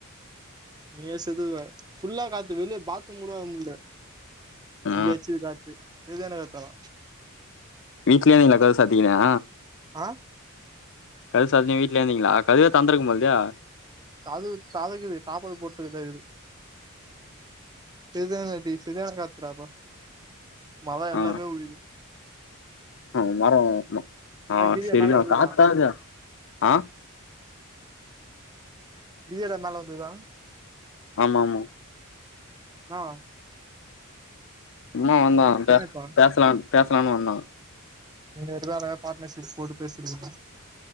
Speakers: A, on the right; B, on the left.
A: நீயே செத்ருவ ஃபுல்லா காத்து வெளிய பாத்ரூம் கூடோ வர முல்ல
B: ஆ
A: அப்டியச்சுது காத்து சரியான காத்தனா
B: வீட்லயே நீ கதவு சாத்திக்கினியா
A: ஆ
B: கதவு சாத்தினு வீட்லே இருந்தீங்களா கதவே தொறந்திருக்கு போலல்லியா
A: கதவு ததக்குது தாப்பாள் போட்டுது ததக்குது பெரிதான <unintelligible> செரியான காத்துறாப்பா மரோ
B: ஆ
A: எல்லாமே உழுது
B: ஆ மரோ அமா ஆ
A: கிரியா
B: செரிதா
A: மேல வந்துதா
B: காத்தா அது ஆ
A: <unintelligible> மேல வந்துதா
B: ஆமா ஆமா
A: அனா
B: சும்மா வந்தா அவன்ட்ட
A: இப்ப
B: பேசலா பேசலானு வந்தா
A: நீங்க ரெண்டு பேரு அழகா பார்ட்னர்ஷிப் போட்டு பெசுரதில்லா